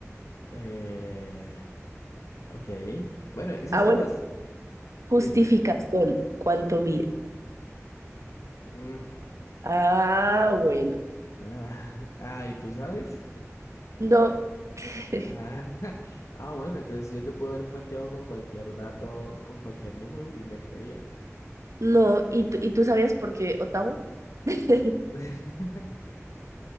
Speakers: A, on the left; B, on the right.
A: Eh, ok. Bueno, eso
B: Ah,
A: estabas.
B: bueno, justificación,
A: Dime.
B: ¿cuánto mide?
A: Mm,
B: Ah, bueno.
A: ah, <laughs> ah, ¿y tú sabes?
B: No. <laughs>
A: Ah, <laughs> ah, bueno, entonces yo te puedo haber cuenteado con cualquier dato, con cualquier número y me creías.
B: No, ¿y tú, y tú sabías por qué Ottawa? <laughs>
A: <laughs>